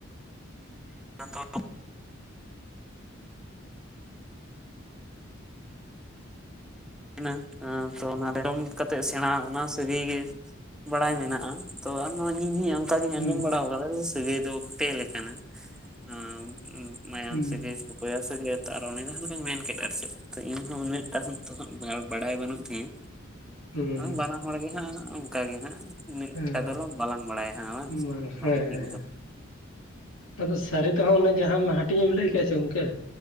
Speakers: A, in the centre; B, on the left.
A: ᱛᱚᱼᱼ <inaudible> ᱦᱮᱸᱱᱟ ᱛᱚ ᱚᱱᱟ ᱡᱚᱢ ᱠᱟᱛᱮᱜ ᱥᱮᱸᱬᱟ ᱚᱱᱟ ᱥᱟᱹᱜᱟᱹᱭ ᱜᱮᱼᱼ ᱵᱟᱲᱟᱭ ᱢᱮᱱᱟᱜ-ᱟ ᱛᱚ ᱟᱢ ᱱᱚᱣᱟ ᱤᱧ ᱦᱤᱸᱼᱼ ᱠᱟ ᱜᱮᱧ
B: ᱦᱩᱸ
A: ᱟᱸᱡᱚᱢ ᱵᱟᱲᱟᱣ ᱠᱟᱫᱟ ᱡᱮ ᱥᱟᱹᱜᱟᱹᱭ ᱫᱚ ᱯᱮ ᱞᱮᱠᱟᱱᱟ᱾ ᱟᱸᱼᱼ ᱢᱟᱭᱟᱢ
B: ᱦᱩᱸ
A: ᱥᱟᱹᱜᱟᱹᱭ ᱥᱮ ᱵᱚᱭᱦᱟ ᱥᱟᱹᱜᱟᱹᱭ ᱛᱟᱨ ᱚᱱᱮ ᱡᱟᱦᱟᱸ ᱞᱮᱠᱟᱧ ᱢᱮᱱ ᱠᱮᱫ ᱟᱨ ᱪᱮᱫ ᱛᱚ ᱤᱧᱦᱚᱸ ᱩᱱᱟᱹᱜ ᱴᱟᱦᱤᱸᱡ ᱫᱚᱼᱼ ᱦᱟᱸᱜ ᱵᱟᱰᱟᱭ ᱵᱟᱹᱱᱩᱜ ᱛᱤᱧᱟᱹ
B: ᱦᱩᱸ
A: ᱟᱸ ᱵᱟᱱᱟ ᱦᱚᱲ ᱜᱮ ᱦᱟᱸᱜ ᱚᱱᱠᱟ ᱜᱮ ᱦᱟᱸᱜᱼᱼ ᱩᱱᱟᱹᱜ
B: ᱦᱮᱸ
A: ᱴᱟ ᱫᱚᱞᱟᱝ ᱵᱟᱞᱟᱝ ᱵᱟᱲᱟᱭᱟ᱾ ᱦᱟᱸᱜ ᱥᱮ
B: ᱵᱟᱝ ᱥᱮ-ᱦᱮᱸ
A: ᱵᱷᱟᱜᱤ ᱴᱷᱤᱠ ᱫᱚ
B: ᱟᱫᱚ ᱥᱟᱹᱨᱤ ᱛᱮᱦᱚᱸ ᱚᱱᱮ ᱡᱟᱦᱟᱸᱢ ᱦᱟᱹᱴᱤᱧ ᱮᱢ ᱞᱟᱹᱭ ᱠᱮᱜᱟ ᱪᱮ ᱜᱚᱝᱠᱮᱼᱼ